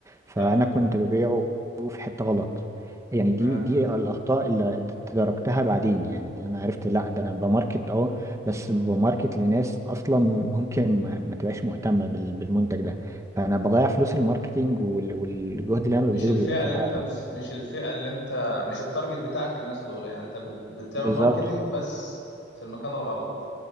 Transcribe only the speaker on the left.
حلو
تمام
مش
الفئه
اللي
انت مش, مش الفئه اللي انت مش التارجت بتاعك الناس دول يعني انت بت... بتعمل
ماركتينج بس في المكان الغلط